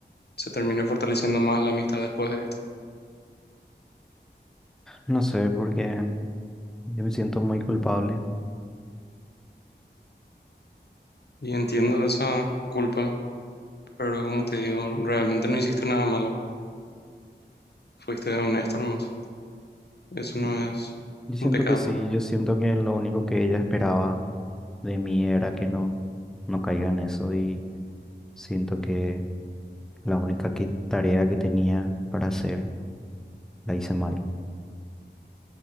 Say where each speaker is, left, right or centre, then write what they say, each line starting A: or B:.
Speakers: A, on the left; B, in the centre.
A: se termine fortaleciendo más la amistad después de esto.
B: No sé, porque yo me siento muy culpable.
A: Y entiendo esa culpa, pero como te digo, realmente no hiciste nada malo. Fuiste honesto nomás. Eso
B: Y-
A: no es
B: Yo siento
A: un pecado.
B: que sí, yo siento que lo único que ella esperaba de mí era que no, no caiga en eso y siento que la única que- tarea que tenía para hacer la hice mal.